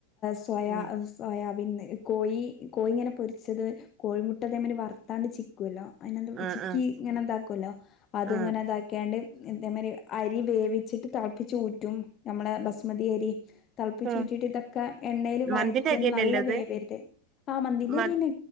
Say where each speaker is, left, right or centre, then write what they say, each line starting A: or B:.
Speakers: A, on the left; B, on the right.
A: സോയാ
B: ഉം
A: സോയാബീൻ കോഴി, കോഴി ഇങ്ങനെ പൊരിച്ചത് കോഴിമുട്ട ഇതേമാതിരിവറുത്താണ്ട് ചിക്കുവല്ലോ? അതിനെന്താ
B: ആഹ്
A: ചിക്കി
B: ആഹ്
A: ഇങ്ങനെ എന്താക്കുവല്ലോ അതും
B: ആഹ്
A: ഇങ്ങനെ ഇതാക്യാണ്ട് ഇതേ മാതിരി അരി വേവിച്ചിട്ട് തിളപ്പിച്ച് ഊറ്റും നമ്മളെ ബസ്മതി അരി തിളപ്പിച്ചു
B: ഉം
A: ഊറ്റിട്ട് ഇതൊക്കെ എണ്ണയിൽ വയറ്റി
B: മന്തിന്റെ അരിയന്നെല്ലേ
A: നല്ല
B: അത്
A: വേവരുത് -- ആഹ് മന്തീന്റെ
B: മ
A: അരിയന്നെ